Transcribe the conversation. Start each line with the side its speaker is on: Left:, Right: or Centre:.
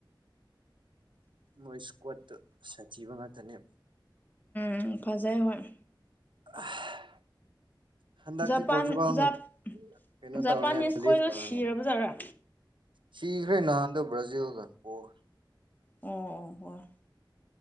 Right: ꯃꯣꯏ ꯁ꯭ꯀꯋꯥꯠꯇꯨ ꯁꯥꯊꯤꯕ ꯉꯥꯛꯇꯅꯦꯕ
Left: ꯎꯝ ꯐꯖꯩ ꯍꯣꯏ
Right: <unintelligible> ꯍꯟꯗꯛꯇꯤ
Left: ꯖꯄꯥꯟ
Right: ꯄꯣꯔꯇꯨꯒꯥꯜꯅ
Left: ꯖꯞ
Right: ꯀꯩꯅꯣ
Left: ꯖꯄꯥꯅꯤꯁ
Right: ꯇꯧꯔꯅꯤ
Left: ꯈꯣꯏꯗꯣ
Right: ꯔꯦꯁ ꯇꯧꯔꯅꯤ
Left: ꯁꯤꯔꯕꯖꯥꯠꯔꯥ
Right: ꯁꯤꯈ꯭ꯔꯦ ꯅꯍꯥꯟꯗꯣ ꯕ꯭ꯔꯥꯖꯤꯜꯒ ꯄꯣꯔ
Left: ꯑꯣ ꯑꯣ ꯑꯣ ꯍꯣꯏ